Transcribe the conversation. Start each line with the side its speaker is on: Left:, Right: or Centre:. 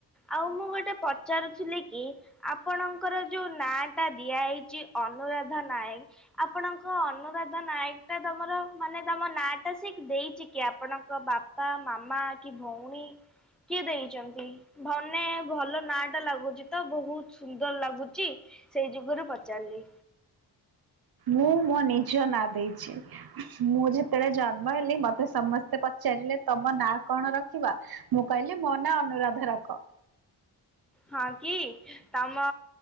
Centre: ଆଉ ମୁଁ ଗୋଟେ ପଚାରୁଥିଲି କି ଆପଣଙ୍କର ଯୋଉ ନାଁ ଟା ଦିଆ ହୋଇଛି ଅନୁରାଧା ନାୟକ ଆପଣଙ୍କ ଅନୁରାଧା ନାୟକ ଟା ତମର ମାନେ ତମ ନାଁ ଟା ସେ ଦେଇଛି କି ଆପଣଙ୍କ ବାପା ମାମା କି ଭଉଣୀ କିଏ ଦେଇଛି। ମାନେ ଭଲ ନା ଟା ଲାଗୁଛି ତ ବହୁତ ସୁନ୍ଦର ଲାଗୁଛି ସେଇ ଯୁଗରୁ ପଚାରିଲି
Right: ମୁଁ ମୋ ନିଜ ନାଁ ଦେଇଛି ମୁଁ ଯେତେବେଳେ ଜନ୍ମ ହେଲି ମତେ ସମସ୍ତେ ପଚାରିଲେ ତମ ନାଁ କଣ ରଖିବା ମୁଁ କହିଲି ମୋ ନାଁ ଅନୁରାଧା ରଖ।
Centre: ହଁ କି ତମ